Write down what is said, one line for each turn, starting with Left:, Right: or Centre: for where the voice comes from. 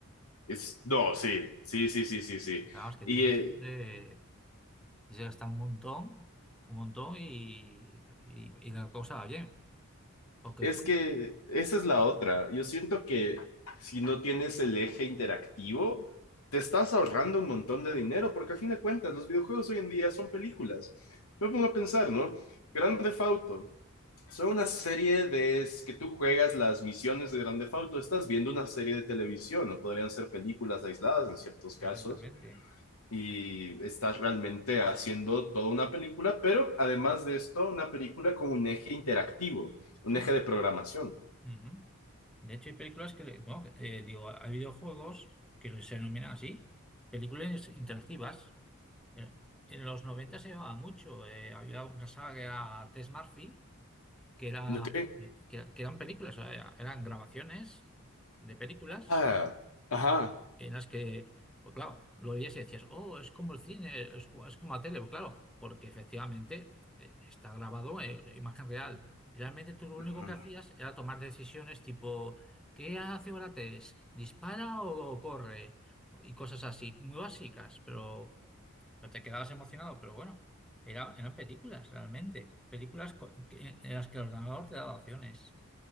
Left: Es, no, sí, sí, sí, sí, sí, sí.
Centre: O sea, Vamos, que
Left: Y
Centre: tienes
Left: eh,
Centre: que gastar, eh, tienes que gastar un montón, un montón y, y- y la cosa va bien. Porque,
Left: Es
Centre: bueno,
Left: que esa es la otra. Yo siento que si no tienes el eje interactivo, te estás ahorrando un montón de dinero, porque a fin de cuentas los videojuegos hoy en día son películas. Me pongo a pensar, ¿no? Grand Theft Auto. Son una serie de es que tú juegas las misiones de Grand Theft Auto, estás viendo una serie de televisión, o podrían ser películas aisladas en ciertos
Centre: perfectamente.
Left: casos, y estás realmente haciendo toda una película, pero además de esto, una película con un eje interactivo, un
Centre: Sí.
Left: eje de programación.
Centre: ujú. De hecho, hay películas que, le- no, que, eh, digo, hay videojuegos que se denominan así, películas interactivas. En, en los 90 se llevaba mucho. eh, había una saga que era Tess Murphy que era,
Left: ¿No qué?
Centre: que, era- que eran películas, o sea, eran grabaciones de películas
Left: Ah, ajá.
Centre: eh, en las que, pues claro, lo veías y decías, oh, es como el cine, es como, es como la tele, Pues claro, porque efectivamente eh, está grabado eh, imagen real. Y realmente tú lo único
Left: Ajá.
Centre: que hacías era tomar decisiones tipo, ¿qué hace Orates? ¿Dispara o, o corre? Y cosas así, muy básicas, pero no te quedabas emocionado, pero bueno, era, eran películas realmente, películas co- que- en las que el ordenador te daba opciones.